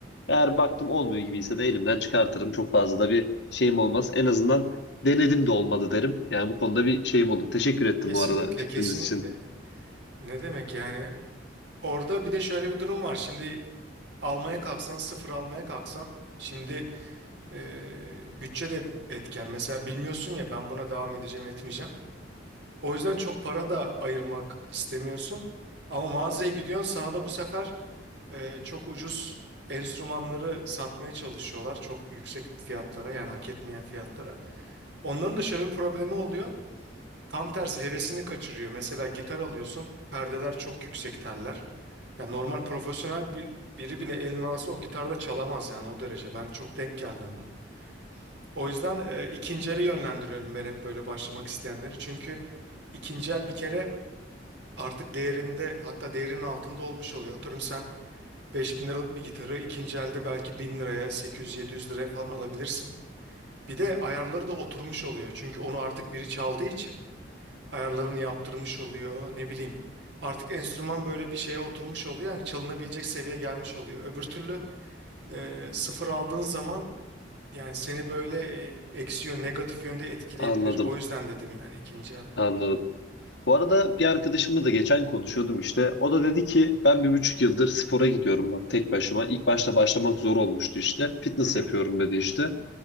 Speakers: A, on the left; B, on the right.
A: Eğer baktım olmuyor gibiyse de elimden çıkartırım. Çok fazla da bir şeyim olmaz. En azından denedim de olmadı derim. Yani bu konuda bir şeyim olur. Teşekkür ettim
B: Kesinlikle
A: bu arada fikriniz
B: kesinlikle.
A: için.
B: Ne demek yani orada bir de şöyle bir durum var. Şimdi almaya kalksan sıfır almaya kalksan şimdi e, bütçe de etken. Mesela bilmiyorsun ya ben buna devam edeceğim etmeyeceğim. O yüzden çok para da ayırmak istemiyorsun. Ama mağazaya gidiyorsun sana da bu sefer e, çok ucuz enstrümanları satmaya çalışıyorlar. Çok yüksek fiyatlara yani hak etmeyen fiyatlara. Onların da şöyle bir problemi oluyor. Tam tersi hevesini kaçırıyor. Mesela gitar alıyorsun perdeler çok yüksek teller. Ya normal profesyonel bir, biri bile elini alsa o gitarda çalamaz yani o derece. Ben çok denk geldim buna. O yüzden e, ikinci ele yönlendiriyorum ben hep böyle başlamak isteyenleri. Çünkü ikinci el bir kere artık değerinde hatta değerinin altında olmuş oluyor. Atıyorum sen 5000 liralık bir gitarı ikinci elde belki 1000 liraya 800-700 liraya falan alabilirsin. Bir de ayarları da oturmuş oluyor. Çünkü onu artık biri çaldığı için ayarlarını yaptırmış oluyor ne bileyim. Artık enstrüman böyle bir şeye oturmuş oluyor. Yani çalınabilecek seviyeye gelmiş oluyor. Öbür türlü e, sıfır aldığın zaman yani seni böyle e, eksi yön negatif yönde etkileyebilir.
A: Anladım,
B: O yüzden dedim yani ikinci el.
A: anladım. Bu arada bir arkadaşımla da geçen konuşuyordum işte. O da dedi ki ben bir buçuk yıldır spora gidiyorum bak tek başıma. İlk başta başlamak zor olmuştu işte. Fitness
B: Hı hı.
A: yapıyorum dedi işte.